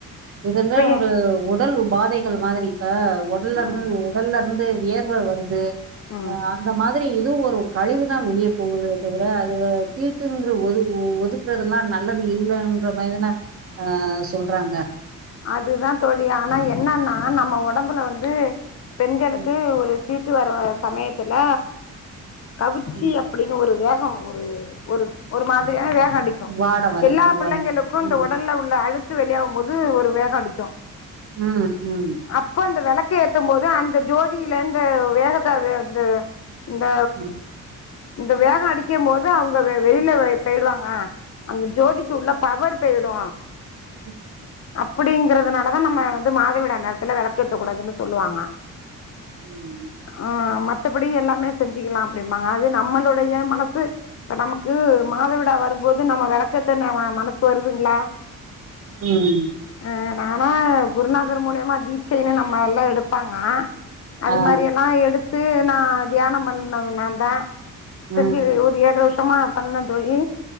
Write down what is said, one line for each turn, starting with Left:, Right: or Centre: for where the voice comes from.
Right: இதெல்லா
Left: இப்பயே
Right: ஒரு உடல் பாதைகள் மாதிரி இப்பா உடல்லருந்து
Left: ம்
Right: உடல்ல இருந்து வியர் வே வருது
Left: ம்
Right: ஆ அந்த மாதிரி இதுவு ஒரு கழிவு தா வெளியே போகுதே தவிர அது தீட்டுங்கிற ஒது ஒதுக்குறதெல்லா நல்லது இல்லன் றமாரிதானா ஆ சொல்றாங்க
Left: அதுதா தோழி ஆனா என்னன்னா நம்ம உடம்புல வந்து பெண்களுக்கு
Right: ம்,
Left: ஒரு தீட்டு வர சமயத்துல கவிச்சிய
Right: ம்.
Left: அப்டின்னு ஒரு வேகம் ஒரு ஒரு ஒரு மாதிரியான வேகோ அடிக் க்கு
Right: வாட மாரி.
Left: எல்லா புள்ளைங்களுக்கு
Right: வா
Left: இந்த
Right: ம்,
Left: உடல்ல உள்ள அழுக்கு வெளியாவு போது ஒரு வேகோ அடிக்கு
Right: ம் ம்
Left: அப்ப அந்த விளக்க ஏத்து போது அந்த ஜோதியிலந்து வேகத்த அது அந்த இந்த
Right: ம்,
Left: இந்த வேகம் அடிக்கு போது அவுங்க வெளியில போயிடுவாங்க அந்த ஜோதிக்கு உள்ள பவர் போயிடு
Right: கேக்குது
Left: அப்படிங்கிறதுனாலதா நம்ம வந்து மாதவிடா நேரத்துல வெளக்கேத்த கூடாதுன்னு சொல்லுவாங்க
Right: ம்,
Left: ஆமா மத்தபடி எல்லாமே செஞ்சுக்கலா அப்படிபாங்க அது நம்மளுடைய மனசு இப்ப நமக்கு மாதவிடா வரும்போது நம்ம வெளக்கேத்த ந ம மனசு வருதுங்களா
Right: ம்
Left: அ நானா குருநாதர் மூலியமா கீச்செய்னு நம்ம எல்லா எடுப்பாங்க அது
Right: ஆ,
Left: மாரி எல்லா எடுத்து நா தியானம் பண்ணது நான்தா
Right: ம்,
Left: செஞ்சு ஒரு ஏழு வருஷமா பண்ண தோழி